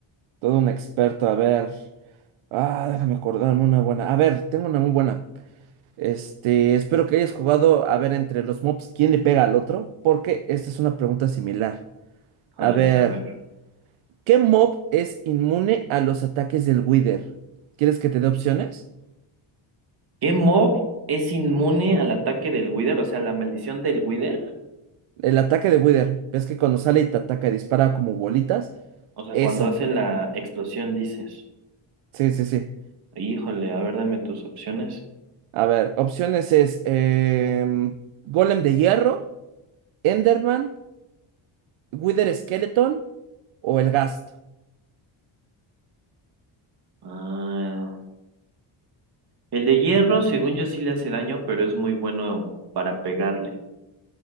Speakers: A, on the right (about 75°); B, on the right (about 50°).
A: Todo un experto, a ver. Ah, déjame acordarme una buena. A ver, tengo una muy buena. Este, espero que hayas jugado a ver entre los mobs quién le pega al otro, porque esta es una pregunta similar.
B: Joder,
A: A ver,
B: a ver.
A: ¿qué mob es inmune a los ataques del Wither? ¿Quieres que te dé opciones?
B: ¿Qué mob es inmune al ataque del Wither? O sea, la maldición del Wither.
A: El ataque de Wither. ¿Ves que cuando sale y te ataca y dispara como bolitas?
B: O sea,
A: Esa.
B: cuando hace la explosión, dices.
A: Sí, sí, sí.
B: Híjole, a ver, dame tus opciones.
A: A ver, opciones es em, Golem de Hierro, Enderman, Wither Skeleton o el Gast.
B: Ah, el de hierro, según yo, sí le hace daño, pero es muy bueno para pegarle.